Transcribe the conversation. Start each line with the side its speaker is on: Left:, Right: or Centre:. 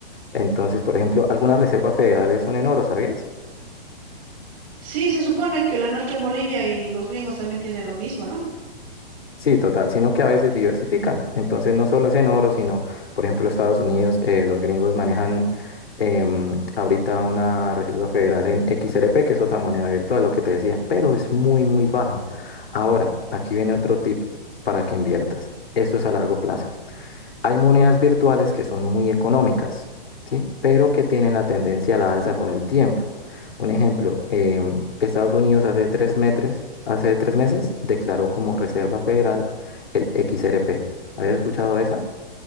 Left: Entonces, por ejemplo, algunas reservas federales son en oro, ¿sabías?
Right: Sí, se supone que la nuestra en Bolivia y los gringos también tienen lo mismo, ¿no?
Left: Sí, total, sino que a veces diversifican. Entonces no solo es en oro, sino, por ejemplo, Estados Unidos, eh, los gringos manejan em, ahorita una Reserva Federal en XRP, que es otra moneda virtual, lo que te decía, pero es muy, muy baja. Ahora, aquí viene otro tip para que inviertas. Esto es a largo plazo. Hay monedas virtuales que son muy económicas, ¿sí? Pero que tienen la tendencia a la alza con el tiempo. Un ejemplo, em, Estados Unidos hace tres meses, hace tres meses declaró como Reserva Federal el XRP. ¿Habías escuchado de esa?